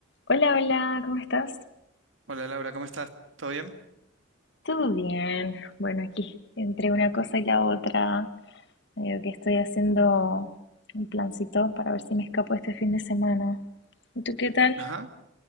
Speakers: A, on the left (about 65°); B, on the right (about 75°).
A: Hola, hola, ¿cómo estás?
B: Hola Laura, ¿cómo estás? ¿Todo bien?
A: ¿Todo bien? Bueno, aquí, entre una cosa y la otra, medio que estoy haciendo un plancito para ver si me escapo este fin de semana. ¿Y tú qué tal?
B: Ajá.